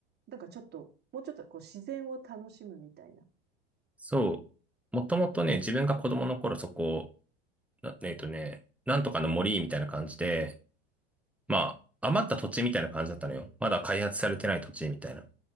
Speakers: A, on the right; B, in the centre.
A: なんかちょっと、もうちょっとこう自然を楽しむみたいな。
B: そう。もともとね、自分が子供の頃そこなえっとね、なんとかの森みたいな感じで、まあ、余った土地みたいな感じだったのよ。
A: うん。
B: まだ開発されてない土地みたいな。